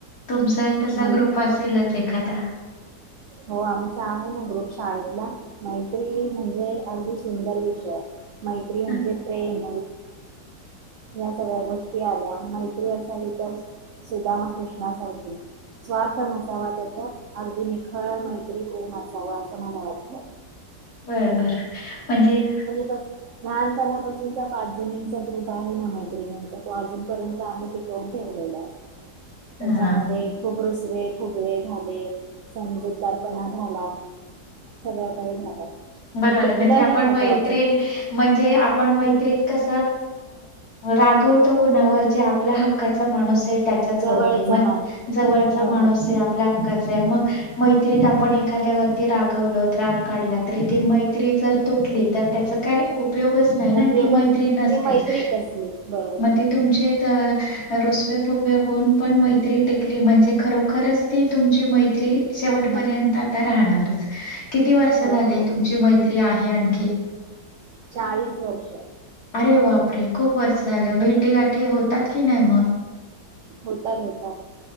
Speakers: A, on the left; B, on the right.
A: तुमचा ही तसा
B: माहि
A: ग्रुप असेलच एक खादा.
B: हो आमचा आहे ना ग्रुप शाळेतला मैत्री म्हणजे अगदी सुंदर विषय आहे. मैत्री म्हणजे
A: हं,
B: प्रेम या सगळ्या गोष्टी आल्या मैत्री असावी तर सुदामा कृष्णासारखी स्वार्थ नसावा त्याच्या अगदी खरं मैत्री प्रेम असावं असं मला वाटत.
A: बरोबर म्हणजे
B: पास लहानपणापासूनचा पाच जणींचा ग्रुप आहे ना मैत्रिणींचा तो अजूनपर्यंत आम्ही टिकवून ठेवलेला आहे. त्याच्यामध्ये
A: हा
B: खूप रुस फजवे फुगवे झाले. समजूतदारपणा झाला सगळं काही झालं.
A: बरोबर
B: पण टिकलं
A: आहे म्हणजे आपण
B: हे महत्त्वाचं
A: मैत्री म्हणजे आपण मैत्रीत कस राग होत. कोणावर जे आपला हक्काचा माणूस त्याच्यावरती
B: जवळचा
A: म्हणजे
B: माणूस
A: जवळचा
B: हो
A: माणूस
B: हो
A: आपला मग मैत्रीत आपण एखाद्या वती रागवलो राग काढला. त ती मैत्री जर तुटली तर त्याच काय उपयोगच नाही ना
B: उपयोगच
A: ती मैत्री नसतेच
B: ती मैत्री कसली बरोबर
A: मग ते तुमचे रुसव्या फुगव्या होऊन पण मैत्री टकाली म्हणजे खरोखरच ती तुमची म शेवटपर्यंत
B: मै-
A: आता राहणारच. किती वर्ष
B: हो
A: झालेत,
B: हो
A: मैत्री आहे आणखी
B: चाळीस वर्ष
A: अरे बापरे खूप वर्ष झालं भेटी गाठी होतात की नाही मग?
B: होतात होतात